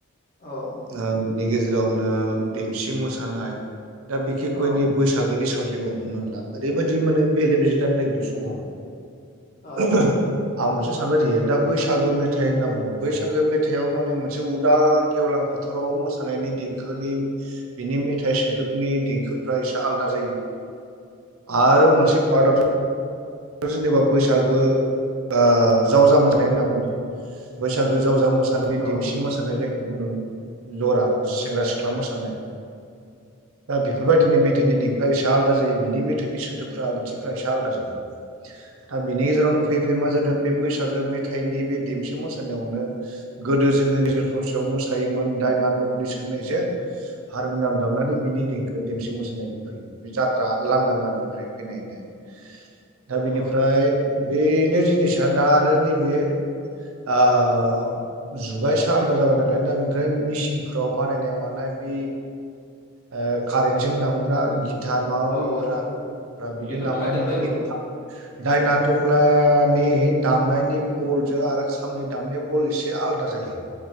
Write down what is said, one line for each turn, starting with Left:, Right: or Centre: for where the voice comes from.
Left: औ
Right: ओ बिनि गेजेरावनो देमसि मोसानाय दा बिखेखयनि
Left: औ
Right: बैसाग नि साबजेक्टआव हमनानानै ला ओरैबायदि मे बेले बेजे जानो नागिरो समाव।
Left: औ
Right: <unintelligible> आं मोनसे सानबाय थायो दा बैसागो मेथाइ होनना बुङो बैसागो मेथाइआव माने मोनसे उदां गेवलां फोथाराव मोसानायनि देंखोनि बिनि मेथाइ सोदोबनि देंखोफ्रा एसे आलादा जायो।
Left: <inaudible>
Right: आरो मोनसे पार्टथ जेनेबा बैसागो ओ जावजा होननाय बुंदों बैसागो जावजा मोसा जानाबि बे
Left: औ
Right: देमसि मोसानाय जायखौ बुङो जरा सेंग्रा सिख्ला मोसानाय दा बेफोरबायदिनो मेथाइनि देंखोआ एसे आलादा जायो बिनि मेथाइनि सोदोबफ्रा ओंथिफ्रा एसे आलदा जायो। दा बिनि गेजेरावनो फैयै फैयै मा जादों बे बैसागो मेथाइनि बे देमसि मोसानायावनो गोदो जोंङो गेजेर ससेयाव मोसायोमोन दायना तफ्लिस होननायजों हारमुनियाम दामनानै बिनि देंखो देमसि मोसानाया बे फैयो बे जात्रा लांदांगाननिफ्राय फैनाय होननाय। दा बिनिफ्राय
Left: औ
Right: बेनो जिनिसा दा आरो नैबे आ। जुगा एसे आलादा जाबाय नालाय दा बेनिफ्राय मेसिनफ्राव बानायनाय मानाय बि ओ कारेन्टजों दामग्रा गिटार माबा
Left: औ औ
Right: बैफ्रा बेजों
Left: बेफोर
Right: दामनानै
Left: थादेरबाय
Right: बेनि
Left: औ
Right: खाबु दायना तफ्लानि दामनायनि बलजो आरो खामनि दामनाय बल इसे जे आलदा जायो